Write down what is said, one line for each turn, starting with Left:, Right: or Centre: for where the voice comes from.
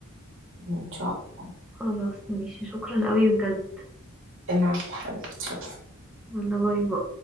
Right: إن شاء الله
Centre: خلاص ماشي شكرا قوي بجد
Right: العفو حبيبتي
Centre: يلا باي باي